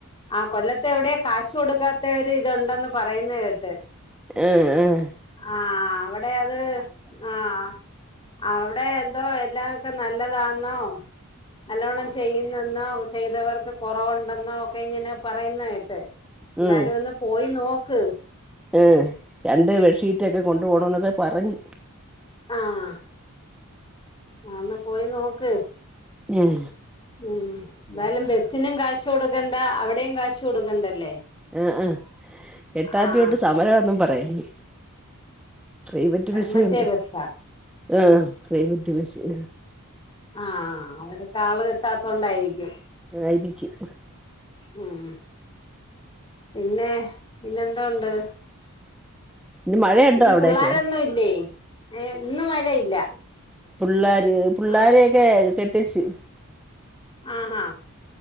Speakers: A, on the left; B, in the centre.
A: ആ കൊല്ലത്തെ എവിടെയ കാശു കൊടുക്കാത്തവര് ഇത്ണ്ടെന്ന് പറയുന്ന കേട്ട്
B: ഉം ഉം
A: ആഹ് അവിടെ അത് ആഹ് അവിടെ എ <unintelligible> എല്ലാക്കെ നല്ലതാന്നോ നല്ലവണം ചെയ്യുന്നെന്നോ ചെയ്തവർക്ക് കുറവുണ്ടെന്നോ ഒക്കെ ഇങ്ങനെ പറയുന്ന കേട്ട് എന്തായാലും
B: ഉം
A: ഒന്ന് പോയി നോക്ക്
B: <unintelligible> രണ്ട് ബെഡ്ഷീറ്റൊക്കെ കൊണ്ടു പോണന്നൊക്കെ പറഞ്ഞു
A: ആഹാ ഒന്ന് പോയി നോക്ക്
B: ഉം
A: ഉം എന്തായാലും ബസിനും കാശ് കൊടുക്കണ്ട അവിടെയും കാശ് കൊടുക്കണ്ടല്ലേ
B: ആ ആ എട്ടാം
A: ആഹ്
B: തിയതിതൊട്ട് സമരം ആന്നും പറയുന്നു പ്രൈവറ്റ് ബസ്സാണ്
A: മറ്റേ ബസ്സാ
B: ആഹ് പ്രൈവറ്റ് ബസ്
A: ആഹ അവര്കാള് കിട്ടാത്തോണ്ടായിരിക്കും
B: ആയിരിക്കും
A: ഉം പിന്നെ പിന്നെ ന്തോ ഉണ്ട്
B: ഇന്ന് മഴയുണ്ടോ
A: പിന്നെ
B: അവിടെയൊക്കെ
A: പുള്ളാരൊന്നും ഇല്ലേ ഇന്നു മഴയില്ല
B: പുള്ളാര് പുള്ളാരെയൊക്കെ
A: ആഹ്
B: കെട്ടിച്
A: ആഹാ